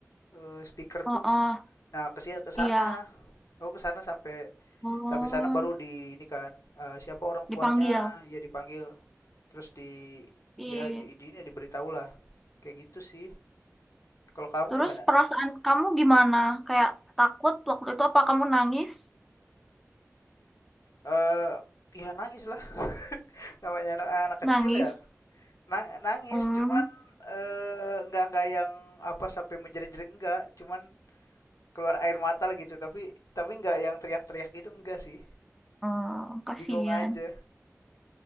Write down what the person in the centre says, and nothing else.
Oh,
oh
iya.
Oh,
dipanggil.
Ih.
Terus
perasaan kamu gimana? Kayak takut waktu itu apa kamu nangis?
Nangis.
Hmm,
hmm, kasihan.